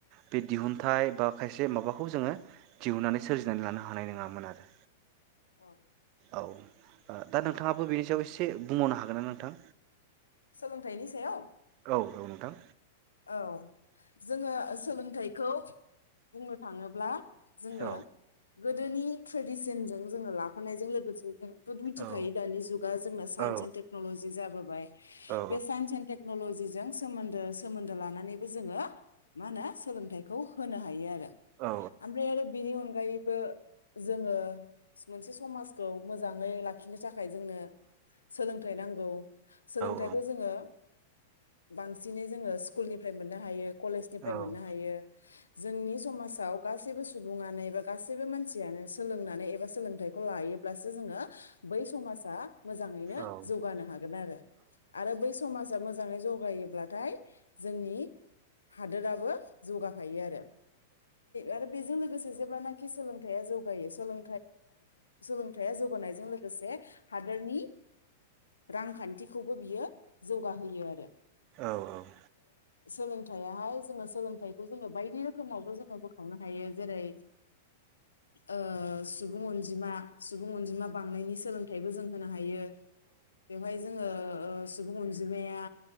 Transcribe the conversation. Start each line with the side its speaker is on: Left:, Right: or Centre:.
Right: बि दिहुनथाइ बा खायसे माबाख खौ जोङो दिहुननानै सोरजिनानै
Left: उम
Right: लानो हानाय नङामोन आरो
Left: औ
Right: औ दा नोंथाङाबो बेनि सायाव एसे बुंबावनो हागोन ना नोंथां।
Left: सोलोंथाइनि सायाव?
Right: औ औ नोंथां
Left: औ जोङो सोलोंथाइखौ बुंनो थाङोब्ला जोङो
Right: औ
Left: गोदोनि ट्रेडिसनजों जोङो लाफायजों लोगोसे जों मिथिखायो
Right: औ
Left: दानि जुगा जोंना साइन्स
Right: औ
Left: एनद टेनलजि जाबो बाय।
Right: औ
Left: बे सायन्स एन्द टेक्नलजि जों सोमोन्दो सोमोन्दो लानानैबो जोङो मा होनो सोलोंथाइखौ होनो हायो आरो
Right: औ
Left: आफ्राय आरो बिनि अन नगायैबो जोङो मोनसे समाजखौ मोजाङै लाखिनो थाखा खाय जोंनो सोलोंथाइ नांगौ सोलोंथाइखौ
Right: औ औ
Left: जोङो बांसिनै जोङो स्कुलनिफ्राय मोननो हायो। कलेज
Right: औ
Left: निफ्राय मोननो हायो जोंनि समाजाव गासैबो सुबुङानो एबा गासैबो मानसियानो सोलोंनानै एबा सोलोंथाइखौ लायोब्लासो जोङो बै समाजा। मोजाङैनो
Right: औ
Left: जौगानो हागोन आरो आरो बै समाजा मोज मोजांयै जगायोब्लाथाय जोंनि हादोराबो जौगाख खांफा आरो आरो बेजों लोगोसे जेब्लानखि सोलोंथाइया जौगायो सोलों सोलोंथाइया जौगानायजों लोगोसे हादोरनि रांखान्थिखौबो बियो जौगाहोयो आरो
Right: औ औ।
Left: सोलोंथाइाहाय जोङो सोलोंथाइ थाइखौ जो बायदि रोखोमावबो जो बो खावनो हायो जेरै ओ सुबुं अनजिमा सुबुं अनजिमा बांनायनि सोलोंथायाइबो जों होनो हायो। हायो बेवहाय जोंङो ओ सुबुं अनजिमाया